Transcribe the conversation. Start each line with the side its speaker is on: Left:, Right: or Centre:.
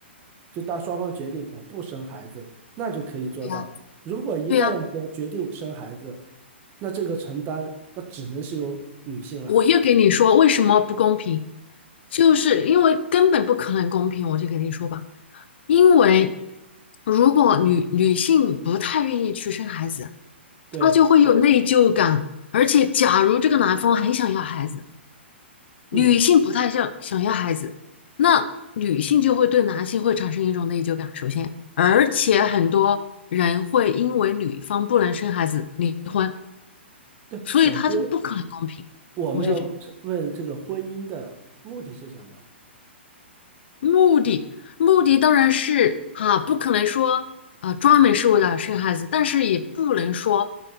Right: 就当双方决定我不生孩子，那就可以做到。
Left: 对呀，
Right: 如果一旦要说决定生孩子，
Left: 对呀。
Right: 那这个承担那只能是由女性来。
Left: 我又给你说为什么不公平，就是因为根本不可能公平，我就给你说吧，因为如果女女性不太愿意去生孩子，
Right: 对，
Left: 她就会有内疚感，而且假如这个男方很想要孩子，女性不太想想要孩子，
Right: 嗯，
Left: 那女性就会对男性会产生一种内疚感，首先，而且很多人会因为女方不能生孩子离婚，
Right: 对，
Left: 所以他就不可能公平，
Right: 首先。我们要问这个婚姻的目的是什么？
Left: 我就觉得。目的目的当然是哈、不可能说啊专门是为了生孩子，但是也不能说